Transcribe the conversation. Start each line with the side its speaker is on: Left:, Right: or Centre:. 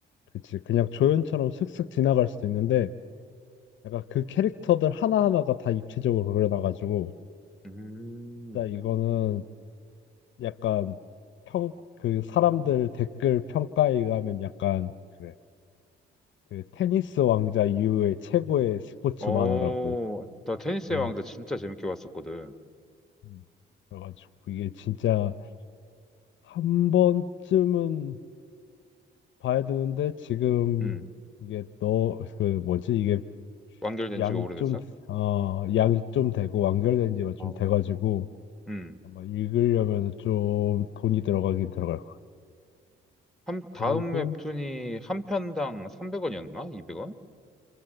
Left: 그치. 그냥 조연처럼 슥슥 지나갈 수도 있는데, 약간 그 캐릭터들 하나하나가 다 입체적으로 그려놔가지고,
Centre: 음,
Left: 진짜 이거는 약간 평, 그 사람들 댓글 평가에 가면 약간, 그래. 그 테니스 왕자 이후에 최고의 스포츠
Centre: 어,
Left: 만화라고.
Centre: 나 테니스의
Left: 음,
Centre: 왕자 진짜 재밌게 봤었거든.
Left: 음. 그래가지고 이게 진짜 한 번쯤은 봐야 되는데 지금
Centre: 음,
Left: 이게 너 그 뭐지 이게
Centre: 완결된
Left: 양이
Centre: 지가 오래됐어?
Left: 좀 어, 양이 좀 되고 완결된 지가 좀
Centre: 어,
Left: 돼가지고
Centre: 음.
Left: 아마 읽으려면 좀 돈이 들어가긴 들어갈 거야.
Centre: 한,
Left: 그리고
Centre: 다음 웹툰이 한 편당 300원이었나? 200원?